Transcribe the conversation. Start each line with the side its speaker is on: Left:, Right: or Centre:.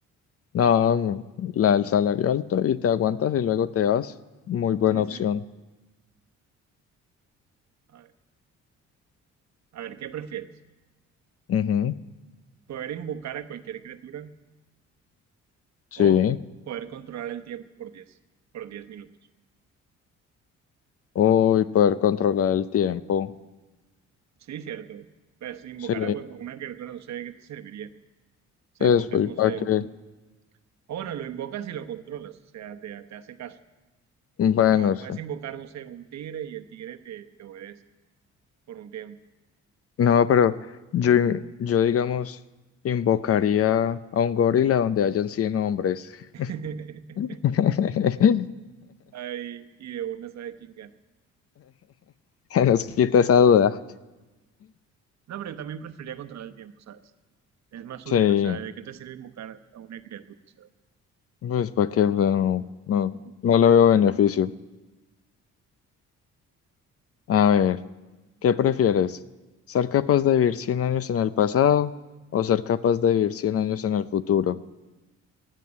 Left: No, mm, la del salario alto y te aguantas y luego te vas. Muy buena
Right: sí,
Left: opción.
Right: sí. A ver, a ver, ¿qué prefieres?
Left: Ujú,
Right: ¿Poder invocar a cualquier criatura
Left: Sí.
Right: o poder controlar el tiempo por diez por 10 minutos?
Left: O y poder controlar el tiempo.
Right: Sí, cierto. Pues si invocar
Left: Sí.
Right: a cual- a una criatura no sé de qué te serviría. se
Left: Eso,
Right: invocas,
Left: ¿y
Right: no
Left: para
Right: sé,
Left: qué?
Right: un... O bueno, lo invocas y lo controlas, o sea, te, te hace caso.
Left: Bueno,
Right: Pero
Left: sí.
Right: puedes invocar, no sé, un tigre y el tigre te, te obedece por un tiempo.
Left: No, pero yo, yo digamos, invocaría a un gorila donde hayan 100 hombres.
Right: <laughs>
Left: <laughs>
Right: Ay, y de una sabe quién gana.
Left: nos quita esa duda.
Right: No, pero yo también preferiría controlar el tiempo, ¿sabes? Es más útil,
Left: Sí,
Right: o sea, ¿de qué te sirve invocar a una criatura? O sea,
Left: pues para qué, O sea, no, no,
Right: como,
Left: no le veo beneficio. A ver, ¿qué prefieres? ¿Ser capaz de vivir 100 años en el pasado o ser capaz de vivir 100 años en el futuro?